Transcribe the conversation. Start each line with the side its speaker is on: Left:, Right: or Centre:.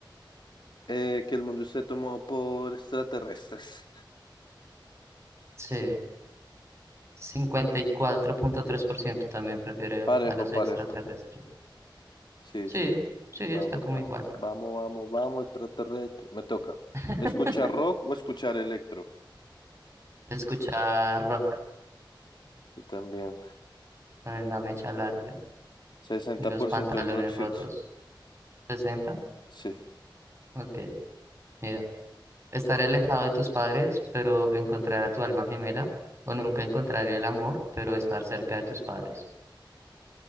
Left: Eh, que el mundo esté tomado por extraterrestres.
Right: Sí, cincuenta y cuatro punto tres por ciento también prefiere
Left: Parejo,
Right: a los
Left: parejo.
Right: extraterrestres.
Left: Sí,
Right: Sí,
Left: sí.
Right: sí, está
Left: Vamos,
Right: como
Left: vamos.
Right: igual.
Left: Vamos, vamos, vamos, extraterrestre. Me toca.
Right: <laughs>
Left: ¿Escuchar rock o escuchar electro?
Right: Se escucha rock
Left: Yo también.
Right: con la mecha larga
Left: sesenta
Right: y los
Left: por
Right: pantalones
Left: ciento del rockcito.
Right: rotos. Sesenta,
Left: Sí.
Right: Ok, mira. Estaré alejado de tus padres, pero encontrar a tu alma gemela. O nunca encontraré el amor, pero estar cerca de tus padres.